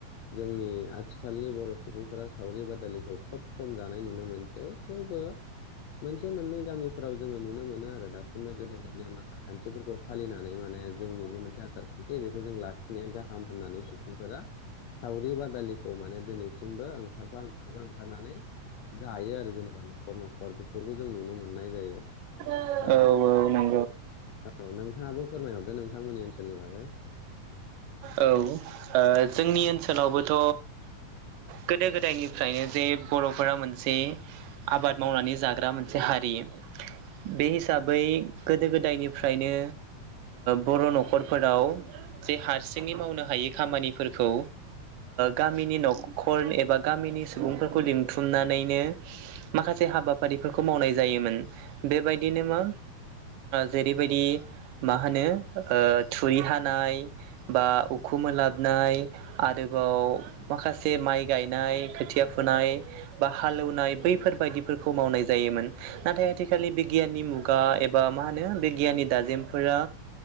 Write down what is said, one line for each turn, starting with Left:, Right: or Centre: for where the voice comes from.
Left: जोंनि आथिखालनि बर' सुबुंफोरा सावरि बादालि खोब खम जानाय नुनो मोनसै थेवबो मोनसे मोननै गामिफोराव जोङो नुनो मोनो आरो दासिमबो गोदोनि नेम आसार खान्थिफोरखौ फालिनानै माने जोंनि बे मोनसे आसार खान्थि बेखौ जों लाखिनाया गाहाम होननानै सुबुंफोरा सावरि बादालिखौ माने दिनैसिम ओंखारा ओंखारा ओंखारनानै जायो आरो जेनेबा न'खर न'खर बेफोरखौ जों नुनो मोननाय जायो।
Right: औ
Left: ओ
Right: औ नं।
Left: औ नोंथाङाबो फोरमायहरदो नोंथांमोननि ओनसोलनि बागै?
Right: औ जोंनि ओनसोलावबोथ' गोदो गोदायनिफ्रायनो जे बे बर'फोरा मोनसे आबाद मावनानै जाग्रा मोनसे हारि बे हिसाबै गोदो गोदायनिफ्रायनो बर' न'खरफोराव जे हारसिं नि मावनो हायै खामानिफोरखौ गामिनि न'खर एबा गामिनि सुबुं लिंथुमनानैनो माखासे हाबाफारिफोरखौ मावनाय जायोमोन। बेबायदिनो मा जेरैबायदि मा होनो थुरि हानाय बा उख मोनोलाबनाय आरोबाव माखासे माइक गायनाय खोथिया फुनाय बा हालेवनाय बैफोर बाददिफोरखौ मावनाय जायोमोन नाथाय आथिनि बिगियाननि मुगा एबा मा होनो बिगियाननि दाजेमफोरा